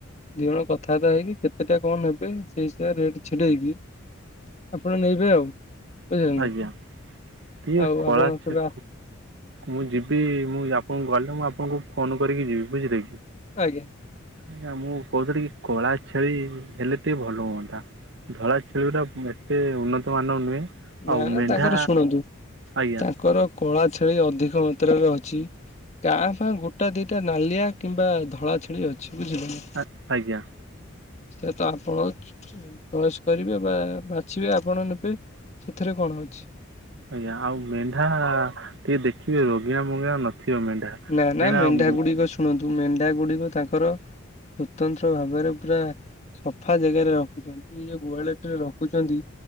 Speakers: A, on the left; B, on the right.
A: ଦି ଜଣ କଥାବାର୍ତ୍ତା ହେଇକି କେତେଟା କଁ ନବେ ସେଇ ହିସାବେରେ ରେଟ୍ ଛିଡେଇକି ଆପଣ ନେଇବେ ଆଉ। ବୁଝିଲେ ନା
B: ଆଜ୍ଞା ଟିଏ
A: ଆଉ
B: କଳା
A: ଆପଣ କେବେ
B: ଛେ <inaudible>
A: ଆ
B: ମୁଁ ଯିବି ମୁଁ ଆପଣ ଗଲେ ମୁଁ ଆପଣଙ୍କୁ ଫୋନ କରିକି ଯିବି ବୁଝିଲେ।
A: ଆଜ୍ଞା।
B: ଆଜ୍ଞା ମୁଁ କହୁଥିଲି କି କଳା ଛେଳି ହେଲେ ଟିକେ ଭଲ ହୁଅନ୍ତା। ଧଳା ଛେଳିଗୁଡା ଉଁ ଏତେ ଉନ୍ନତମାନର ନୁହେଁ।
A: ନା
B: ଆଉ
A: ନା
B: ମେଣ୍ଢା
A: ତାଙ୍କର ଶୁଣନ୍ତୁ
B: ଆଜ୍ଞା
A: ତାଙ୍କର କଳା ଛେଳି ଅଧିକ ମାତ୍ରାରେ ଅଛି। ତା ସାଙ୍ଗକୁ ଗୋଟାଏ ଦିଟା ନାଲିଆ କିମ୍ବା ଧଳା ଛେଳି ଅଛି ବୁଝିଲେ ନା।
B: ଆ ଆଜ୍ଞା।
A: ସେତା ଆପଣ ଚୁ ଚୁ ଉଁ ଚଏସ୍ କରିବେ ବା ବାଛିବେ ଆପଣ ନେବେ। ସେଥେରେ କଣ ଅଛି।
B: ଆଜ୍ଞା ଆଉ ମେଣ୍ଢା ଟିକେ ଦେଖିବେ ରୋଗିଣା ମୋଗିଣା ନଥିବ ମେଣ୍ଢା। କାହିଁକିନା
A: ନା ନା ମେଣ୍ଢାଗୁଡିକ
B: ମୁଁ-
A: ଶୁଣନ୍ତୁ ମେଣ୍ଢାଗୁଡିକ ତାଙ୍କର ସ୍ୱତନ୍ତ୍ର ଭାବେରେ ପୁରା ସଫା ଜାଗାରେ ରଖୁଛନ୍ତି ଏଇ ଯୋଉ ଗୁହାଳେଟାରେ ରଖୁଛନ୍ତି